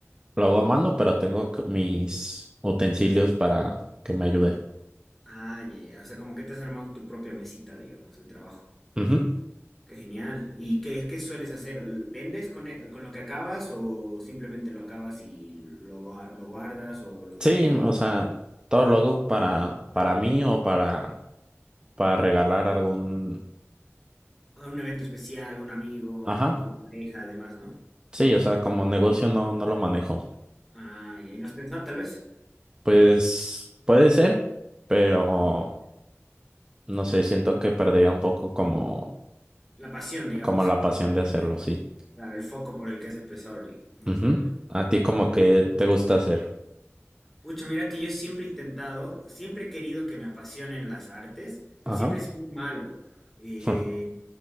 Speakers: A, on the right; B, in the centre.
A: lo hago a mano, pero tengo co- mis utensilios para que me ayude.
B: Ah, ya, ya. O sea, como que te has armado tu propia mesita, digamos, de trabajo.
A: Ujú.
B: Qué genial. ¿Y qué, qué sueles hacer? ¿L- ¿Vendes con, e- con lo que acabas o simplemente lo acabas y lo, gua- lo guardas o lo
A: Sí,
B: destruyes?
A: o sea, todo lo hago para, para mí o para, para regalar algún,
B: ¿A Un evento especial, un amigo,
A: ajá,
B: no, pareja, además, ¿no?
A: sí, o sea, como negocio no, no lo manejo.
B: Ah, ya. ¿Y no has pensado tal vez?
A: Pues puede ser, pero
B: Ah, ok.
A: no sé, siento que perdería un poco como,
B: La pasión, digamos.
A: como la pasión de hacerlo, sí.
B: Claro, el foco por el que has empezado, ahorita, más
A: Ujú.
B: o menos.
A: A ti como
B: Ah,
A: que
B: qué cool.
A: te gusta hacer,
B: Pucha, mira que yo siempre he intentado, siempre he querido que me apasionen las artes, pero
A: ajá.
B: siempre he sido muy malo. Eh,
A: <laughs>